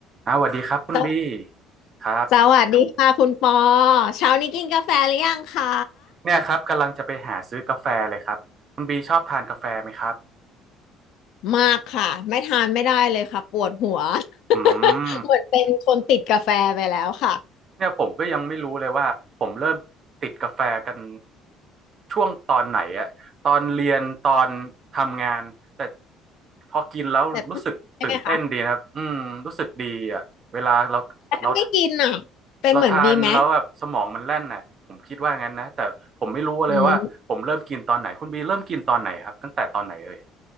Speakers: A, on the right; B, on the left.
A: อ่าวสวัสดีครับคุณบี
B: สว
A: ครับ
B: สวัสดีค่ะคุณปอเช้านี้กินกาแฟหรือยังคะ
A: เนี่ยครับกำลังจะไปหาซื้อกาแฟเลยครับคุณบีชอบทานกาแฟไหมครับ
B: มากค่ะไม่ทานไม่ได้เลยค่ะปวดหัว <laughs>
A: อืม
B: เหมือนเป็นคนติดกาแฟไปแล้วค่ะ
A: เนี่ยผมก็ยังไม่รู้เลยว่าผมเริ่มติดกาแฟกันช่วงตอนไหนอะตอนเรียนตอนทำงานแต่พอกินแล้วรู้สึกตื่นเต้นดีนะครับอืมรู้สึกดีอะเวลาเราเรา
B: แบบใช่ไหมคะแต่ถ้าไม่กินอ่ะเป็นเหมือนบีไหม
A: เราทานแล้วแบบสมองมันแล่นน่ะผมคิดว่างั้นนะแต่ผมไม่รู้เลยว่าผมเริ่มกินตอนไหนคุณบีเริ่มกินตอนไหนครับตั้งแต่ตอนไหนเอ่ย
B: อืม